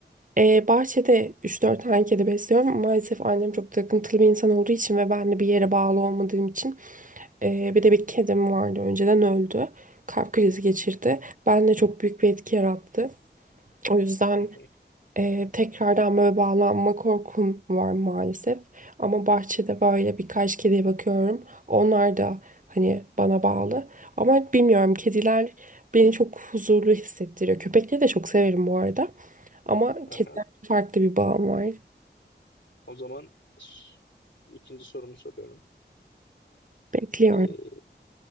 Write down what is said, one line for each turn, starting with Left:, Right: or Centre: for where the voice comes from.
Right: E, bahçede üç dört tane kedi besliyorum. Maalesef annem çok takıntılı bir insan olduğu için ve ben de bir yere bağlı olmadığım için Ee, bir de bir kedim vardı. Önceden öldü. Kalp krizi geçirdi. Bende çok büyük bir etki yarattı. O yüzden
Left: <laughs> Hı hı.
Right: e, tekrardan böyle bağlanma korkum var maalesef. Ama bahçede böyle birkaç kediye bakıyorum. Onlar da hani bana bağlı. Ama bilmiyorum kediler beni çok huzurlu hissettiriyor. Köpekleri de çok severim bu arada. Ama
Left: Aha.
Right: kedilerle farklı bir bağım var.
Left: O zaman s- ikinci sorumu soruyorum.
Right: Bekliyorum.
Left: Ee,